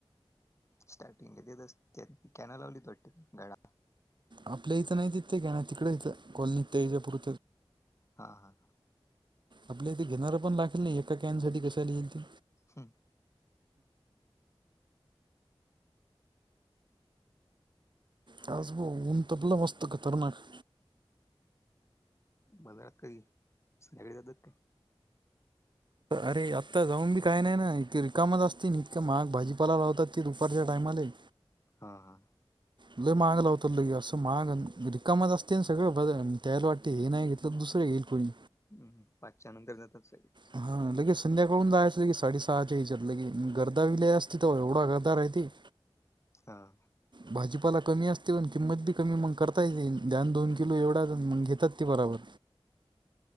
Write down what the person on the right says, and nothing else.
आपल्या इथं नाही तथे घ नाही तिकडं इथं कॉलनीतथेपूर
आपल्या इथे घेणार पण लागेल नाही एका कॅनसाठीठी कशाला येईल ते
काज बो उऊन त पला मस्त खतरनाक.
अरे आत्ता जाऊन बी काय नाही ना इते रिकामच असतील इतकं मग भाजीपाला लावतात ते दुपारच्या टायमाले.
ल महाग लावत लग असं महाग रिकामत असते ना सगळं ब त्यायला वाटतें हे नाही घेतलं दुसरे घईल कोणी.
हा लगे संध्याकाळून जायचं की साडे सहा च्या विचार लगे गर्दा विले असती त एवढा गर्दा राहती. <inaudible>
भाजीपाला कमी असते पण किंमत बी कमी मग करता य ये ध्यान दोन किलो एवढा मग घेतात. ती बराबर.